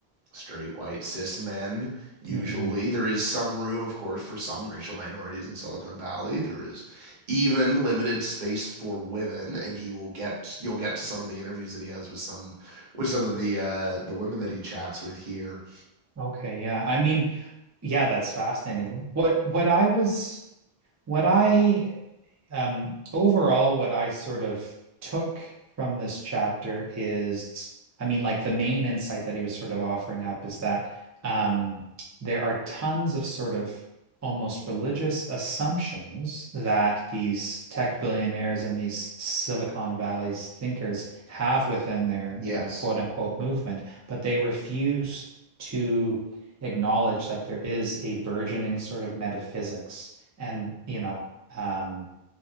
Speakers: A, on the right; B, on the right.
A: straight, white, cis men, usually.
B: Mhm.
A: There is some room, of course, for some racial minorities in Silicon Valley. There is even limited space for women, and he will get you'll get to some of the interviews that he has with some with some of the uh the women that he chats with here.
B: Okay, yeah. I mean, yeah, that's fascinating. What what I was what I um overall what I sort of took from this chapter is I mean like the main insight that he was sort of offering up is that um there are tons of sort of almost religious assumptions that these tech billionaires and these Silicon Valley's thinkers have within their,
A: Yes.
B: you know, quote unquote movement, but they refuse to acknowledge that there is a burgeoning sort of metaphysics and you know um,